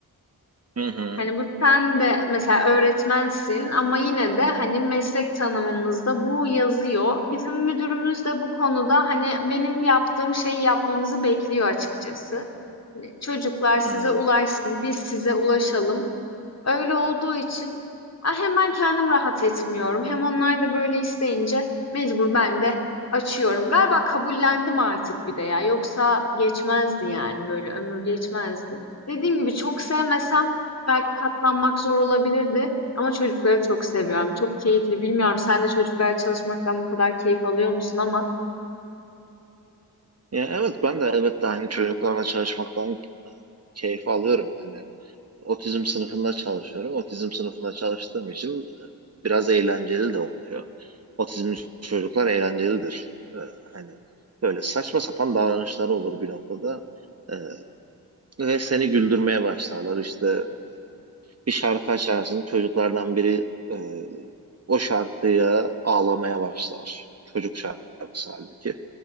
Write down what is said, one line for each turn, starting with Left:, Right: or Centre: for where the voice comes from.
Right: Hı hı,
Left: Hani bu sen de mesela öğretmensin ama yine de hani meslek tanımımızda bu yazıyor. Bizim müdürümüz de bu konuda hani benim yaptığım şeyi yapmamızı bekliyor açıkçası. Çocuklar size
Right: anladım.
Left: ulaşsın, biz size ulaşalım. Öyle olduğu için ah, hem ben kendim rahat etmiyorum hem onlar da böyle isteyince mecbur ben de açıyorum. Galiba kabullendim artık bir de ya. Yoksa geçmezdi yani böyle ömür geçmezdi. Dediğim gibi çok sevmesem belki katlanmak zor olabilirdi. Ama çocukları çok seviyorum. Çok keyifli. Bilmiyorum sen de çocuklarla çalışmaktan bu kadar keyif alıyor musun ama
Right: Ya evet ben de elbette hani çocuklarla çalışmaktan keyif alıyorum. Hani otizm sınıfında çalışıyorum. Otizm sınıfında çalıştığım için e, biraz eğlenceli de oluyor. Otizmli çocuklar eğlencelidir. Ee, hani böyle saçma sapan davranışları olur bir noktada. Ee, ve seni güldürmeye başlarlar. İşte bir şarkı açarsın, çocuklardan biri e, o şarkıya ağlamaya başlar. Çocuk şarkısı halbuki.